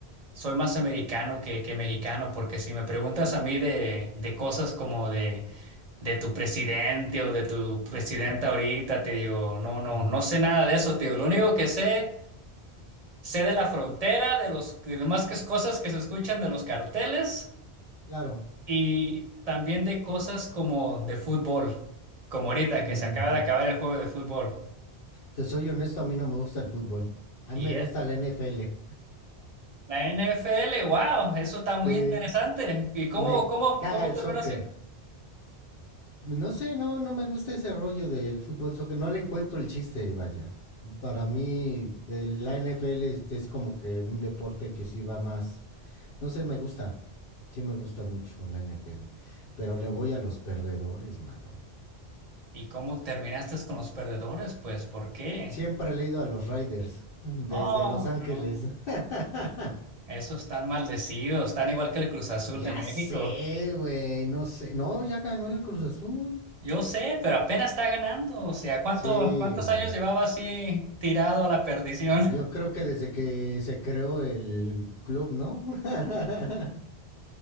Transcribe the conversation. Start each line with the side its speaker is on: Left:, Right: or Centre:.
Right: soy más americano que, que mexicano, porque si me preguntas a mí de, de cosas como de, de tu presidente o de tu presidenta ahorita, te digo, no, no,
Left: ujú.
Right: no sé nada de eso, te digo, lo único que sé sé de la frontera, de los de las más que cosas que se escuchan de los carteles
Left: Claro.
Right: y también de cosas como de fútbol, como ahorita
Left: Ujú.
Right: que se acaba de acabar el juego de fútbol.
Left: Te soy honesto, a mí no me gusta el fútbol. A
Right: Y
Left: mí me
Right: eh,
Left: gusta la NFL.
Right: la NFL, wow, eso está muy
Left: Sí.
Right: interesante. ¿Y cómo,
Left: Me
Right: cómo,
Left: caga
Right: cómo
Left: el
Right: terminó
Left: soccer.
Right: así?
Left: No sé, no, no me gusta ese rollo del fútbol soccer. No le encuentro el chiste, vaya. Para mí, eh, la NFL es, es como que un deporte que sí va más. No sé, me gusta. Sí me gusta mucho la NFL. Pero le voy a los perdedores, mano.
Right: ¿Y cómo terminaste con los perdedores? Pues, ¿por qué?
Left: Siempre le he ido a los Raiders, desde
Right: Oh,
Left: Los Ángeles.
Right: no.
Left: <laughs>
Right: Esos están maldecidos, están igual que el Cruz Azul
Left: ya
Right: de México.
Left: sé, güey, no sé. No, ya ganó el Cruz Azul.
Right: Yo sé, pero apenas está ganando. O sea, ¿cuánto,
Left: Sí,
Right: cuántos
Left: güey.
Right: años llevaba así tirado a la perdición?
Left: Yo
Right: <laughs>
Left: creo que desde que se creó el club, ¿no? <laughs>